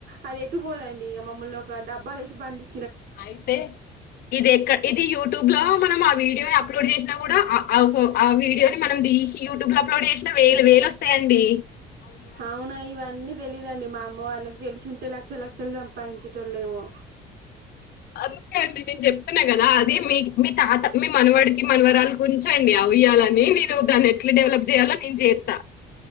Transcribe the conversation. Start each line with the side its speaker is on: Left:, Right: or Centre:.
Right: అది ఎటు పో <unintelligible> ఇగ మమ్మల్ని ఒక డబ్బాలో వేసి బంది
Left: అయితే ఇది ఎక్క ఇది యూట్యూబ్ లో మ మొత్తం ఆ వీడియోని అప్లోడ్ చేసినా కూడా ఆ ఆ ఒక వీడియోని మనం తీసి యూట్యూబ్ లో అప్లోడ్ చేసిన వేలు వేలు సేయండి
Right: అవునా ఇవన్నీ తెలీదు లేదండి మా అమ్మ వాళ్ళకి తెలిసుంటే లక్ష లక్షలు సంపాదించేటోలేేమో
Left: అందుకే అండి నేను చెప్తున్నా కదా అది మీ మీ తాత మీ మనవాడికి మనవరాలికి ఉంచండి ఉయ్యాలని నేను దాన్ని ఎట్లా డెవలప్ చేయాలో నేను జేత్త